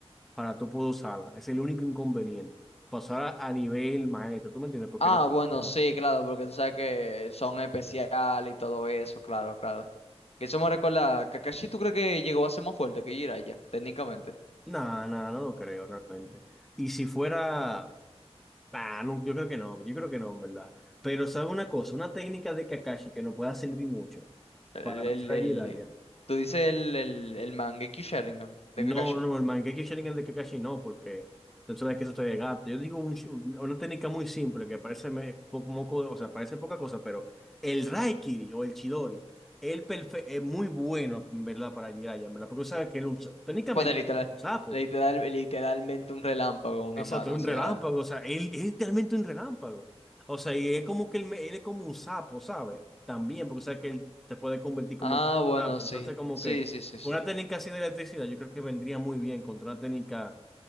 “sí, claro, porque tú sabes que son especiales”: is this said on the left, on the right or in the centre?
Left